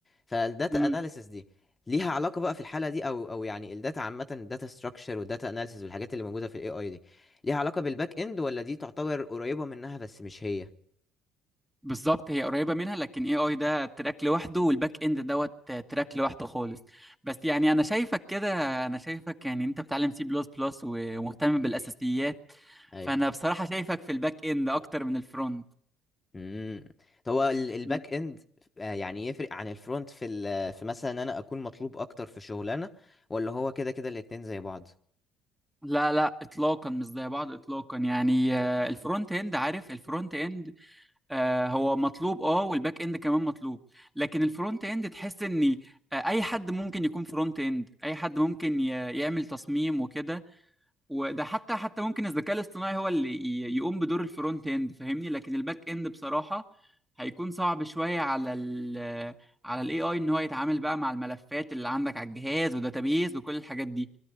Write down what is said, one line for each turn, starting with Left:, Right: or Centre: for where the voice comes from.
Left: فالداتا
Centre: امم
Left: اناليسز دي ليها علاقه بقى في الحاله دي او او يعني الداتا عامه الداتا ستراكشر والداتا اناليسز والحاجات اللي موجوده في الاي اي دي ليها علاقه بالباك اند ولا دي تعتبر قريبه منها بس مش هي
Centre: بالظبط هي قريبة منها لكن اي اي ده تراك لوحده والباك اند دوت تراك لوحده خالص بس يعني انا شايفك كده انا شايفك يعني انت بتعلم سي بلس بلس ومهتم بالاساسيات
Left: ايوه
Centre: فانا بصراحة شايفك في الباك اند اكتر من الفرونت
Left: امم طب هو ال- الباك
Centre: م.
Left: اند آه، يعني يفرق عن الفرونت في ال- في مثلا ان انا اكون مطلوب اكتر في شغلانه ولا هو كده كده الاتنين زي بعض
Centre: لا لا اطلاقا مش زي بعض اطلاقا يعني آه، الفرونت اند عارف الفرونت اند آه، هو مطلوب اه والباك اند كمان مطلوب لكن الفرونت اند تحس ان آه، اي حد ممكن يكون فرونت اند اي حد ممكن ي- يعمل تصميم وكده وده حتى حتى ممكن الذكاء الاصطناعي هو اللي ي- يقوم بدور الفرونت اند فاهمني لكن الباك اند بصراحة هيكون صعب شوية على ال على الاي اي ان هو يتعامل بقى مع الملفات اللي عندك على الجهاز وداتابيز وكل الحاجات دي